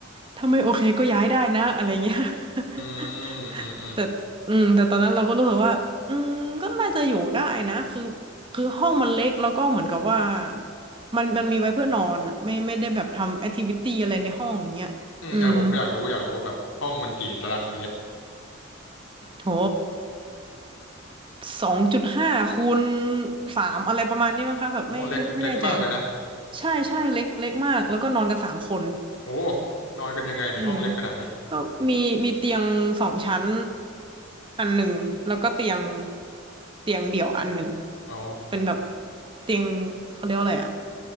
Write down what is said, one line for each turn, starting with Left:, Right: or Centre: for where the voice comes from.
Right: ถ้าไม่โอเคก็ย้ายได้นะอะไรเงี้ย <laughs>
Left: อืมอืมอืม
Right: แต่อืมแต่ตอนนั้นเราก็รู้สึกว่าอืมก็น่าจะอยู่ได้นะคือคือห้องมันเล็ก แล้วก็เหมือนกับว่า มันมันมีไว้เพื่อนอนอะไม่ไม่ได้แบบทำแอคทิวิตี้อะไรในห้องเนี้ยอืม
Left: อืมเออผมอยากรู้อยากรู้ว่าแบบห้องมันกี่ตารางเมตร
Right: โหสองจุดห้าคูณสามอะไรประมาณนี้มั้งคะแบบไม่ไม่ไม่แน่ใจ
Left: อ๋อเล็กเล็กมากเลยนะ
Right: ใช่ใช่เล็กเล็กมาก แล้วก็นอนกันสามคน
Left: โอ้นอนกันยังไงเนี่ยห้องเล็กขนาดนี้
Right: อืมก็มีมีเตียงสองชั้นอันหนึ่งแล้วก็เตียงเตียงเดี่ยวอันหนึ่ง
Left: อ๋อ
Right: เป็นแบบเตียงเขาเรียกว่าอะไรอะ